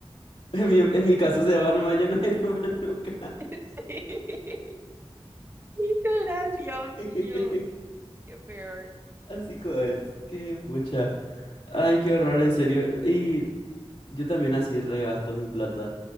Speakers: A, on the left; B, on the right.
A: En mi, en mi caso se va nomás, ya no viene más nunca.
B: Sí, literal, Dios
A: <laughs>
B: mío, qué peor.
A: Así como es, qué pucha. Ay, qué horror, en serio. Y yo también así regasto mi plata.